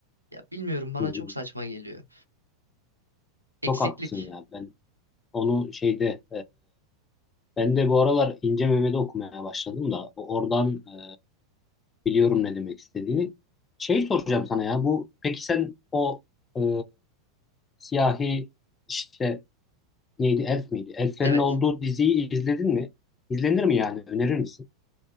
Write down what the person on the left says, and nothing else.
hı hı.
Çok haklısın ya. Ben onu şeyde Ben de bu aralar İnce Mehmet'i okumaya başladım da o- oradan e, biliyorum ne demek istediğini. Şey soracağım sana ya bu peki sen o e, siyahi işte neydi Elf miydi? Elflerin
olduğu diziyi izledin mi? İzlenir mi yani? Önerir misin?